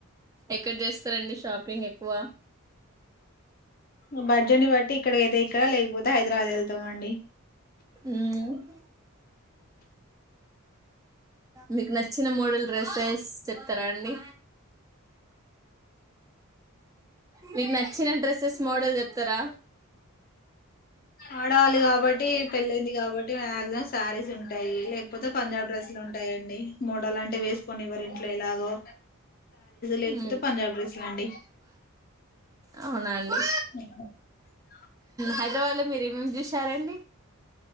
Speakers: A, on the right (about 15°); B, on the left (about 40°).
A: ఎక్కడ చేస్తారంండి షాపింగ్ ఎక్కువ
B: బ భడ్జని బట్టి ఇక్కడకి అైతే ఇక్కడ లేకపోతే హైదరాబాద్ వెళ్తే తవండి
A: అ ఆహా మీకు నచ్చిన మోడల్ డ్రెస్సెస్ చెప్పతారా అండీ మీకు నచ్చిన డ్రెస్సెస్ మోడల్ చెప్పుతారు వస్తారా
B: ఆడవాళ్ళి కాబట్టి పెళ్ళైంది కాబట్టి మాక్సిమం శారీస్ ఉంటాయ డైగౌలే కొత్త పంజాబ్ డ్రెస్లు ఉంటాయండి మోడల్ లాంటి వేస్ పోనీ ఎవరు ఇంట్లో ఇలాగో లేకపోతే
A: మ్మ్.
B: పంజాబ్ డ్రెస్లు అండి
A: అవునండి
B: అ <inaudible>
A: హైదరాబాదులో మీరు ఏమేమి చూసారా అండి